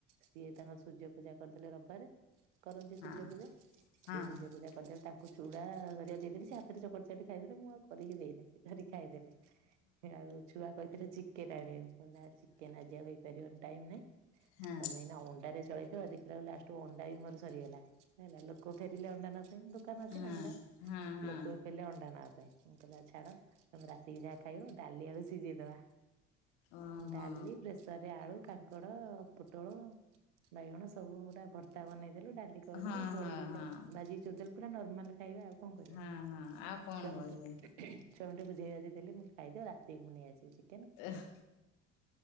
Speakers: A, on the right; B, on the left.
A: ସିଏ ତାଙ୍କର ସୂର୍ଯ୍ୟ ପୂଜା କରିଦେଲେ ରବିବାରେ। କରନ୍ତି
B: ହଁ
A: ସୂର୍ଯ୍ୟ ପୂଜା
B: ହଁ
A: ସେ ସୂର୍ଯ୍ୟ ପୂଜା କଣକରିଵି ତାଙ୍କୁ ଚୁଡା କରିବା କୁଦେଇଦେଲି ସେ ହାତରେ ଚକଡି ଚକଡି ଖାଇଦଲେ ମୁଁଆଉ କ କରିକି ଦେଇଦିଏ କରିକି ଖାଇଦେଲେ ସେ ଆଉ ଛୁଆ କହିଥିଲେ ଚିକେନେ ଆଣିବାକୁ। ନା ଚିକେନେ ଆଜି ହେଇପାରିବନି ଟାଇମି ନାହିଁ
B: ହଁ
A: ତମେ ଏନା ଅଣ୍ଡାରେ ଚଳେଇଦିଅ ଦେଖିଲା ଵେଳକୁ ଲାଷ୍ଟେ। ତେ ଅଣ୍ଡା ଵି ଘରୁ ସରିଗଲା ହେଲା ଲୋକ ଫେରିିଲେ ଅଣ୍ଡା ନଥାଇ ଦେ। ଦୋକାନ ରେ ଅଛି
B: ହଁ
A: ନା ଅଣ୍ଡା
B: ହଁ ହଁ।
A: ଲୋକୋ ଵି ଫେରିଲେ ଅଣ୍ଡା ନାହିଁ। ମୁଁ କହିଲି ଆଉ ଛାଡ ତମେ ରାତିକି ଯାହା ଖାଇବ ଡାଲି ଆଳୁ ସିଜେଇଦବା।
B: ଓହୋ
A: ଡାଲି ପ୍ରେସର ରେ ଆଳୁ। କାଙ୍କଡ ପୋଟଳ ବାଇଗଣ ସବୁ ଗୁଡା ଭର୍ ତା ବନେଇଦଗଲି ଡାଲି କରିଦେଲି
B: ହଁ
A: ବଡି
B: ହଁ
A: ଦିଟା
B: ହଁ
A: ଭାଜି କି ଚୁରିଦେଲି ପୁରା ନର୍ମାଲ ଖାଇବା ଆଉ। କଣ କରିବା
B: ହଁ ହଁ ଆଉ କଣ
A: ଛୁଆଁଙ୍କୁ
B: କରିବେ?
A: କି ଛୁଆଙ୍କୁ ଟିକେ ବୁଝେଇ ବାଜେ ଦେଲେ ମୁଁ ଖାଇଦିଅ ରାତିକି ମୁଁ ନେଇ ଆସିବି ଚି
B: ଏହ